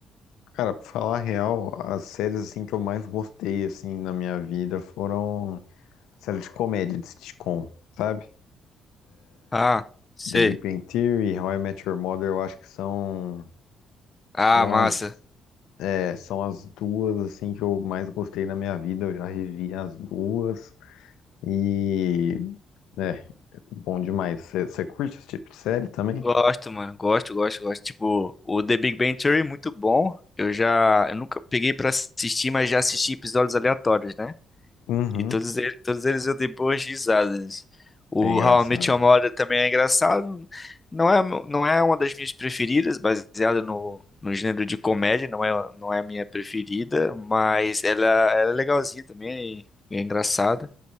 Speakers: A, on the left; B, on the left.
A: Cara, pra falar a real, as séries, assim, que eu mais gostei, assim, na minha vida foram séries de comédia, de sitcom, sabe?
B: Ah, sei.
A: The Big Bang Theory, How I Met Your Mother, eu acho que são,
B: Ah,
A: são
B: massa.
A: as, é, são as duas assim que eu mais gostei na minha vida. Eu já revi as duas e é bom demais. Você curte esse tipo de série também?
B: Gosto, mano. Gosto, gosto, gosto. Tipo, o The Big Bang Theory, é muito bom. Eu já. Eu nunca peguei pra assistir, mas já assisti episódios aleatórios, né?
A: Uhum,
B: E todos eles, todos eles eu dei boas risadas. O
A: é engraçado.
B: How I Met Your Mother também é engraçado. Não é, não é uma das minhas preferidas, baseada no, no gênero de comédia, não é, não é a minha preferida, mas ela, ela é legalzinha também, é engraçada.